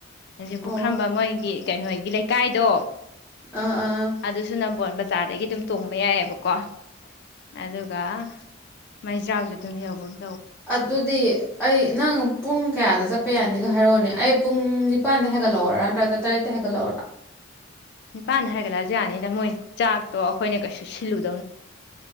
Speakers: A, on the left; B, in the centre.
A: ꯍꯧ ꯄꯨꯈ꯭ꯔꯝꯕ
B: ꯑꯣ
A: ꯃꯣꯏꯒꯤ ꯀꯩꯅꯣꯒꯤ ꯂꯩ ꯏꯀꯥꯏꯗꯣ
B: ꯑꯥ ꯑꯥ
A: ꯑꯗꯨꯁꯨ ꯅꯝꯕꯣꯜ ꯕꯖꯥꯔꯗꯒꯤ ꯑꯗꯨꯝ ꯇꯣꯡꯕ ꯌꯥꯏꯑꯕꯀꯣ ꯑꯗꯨꯒ ꯃꯩꯆꯥꯎꯁꯨ ꯑꯗꯨꯝ ꯌꯧꯕꯅꯤ
B: ꯑꯗꯨꯗꯤ ꯑꯩ ꯅꯪ ꯄꯨꯡ ꯀꯌꯥꯗ ꯆꯠꯄ ꯌꯥꯅꯤꯗꯣ ꯍꯥꯏꯔꯛꯑꯣꯅꯦ ꯑꯩ ꯄꯨꯡ ꯅꯤꯄꯥꯟꯗ ꯍꯥꯏꯒꯠꯂꯛꯑꯣꯔꯥ ꯅꯠꯇ꯭ꯔꯒ ꯇꯔꯦꯠꯇ ꯍꯥꯏꯒꯠꯂꯛꯑꯣꯔꯥ <unintelligible> <inaudible>
A: ꯅꯤꯄꯥꯟꯗ ꯍꯥꯏꯒꯠꯂꯑ ꯌꯥꯅꯤꯗ ꯃꯣꯏ ꯆꯥꯛꯇꯣ ꯑꯩꯈꯣꯏꯅ ꯀꯩꯁꯨ ꯁꯤꯜꯂꯨ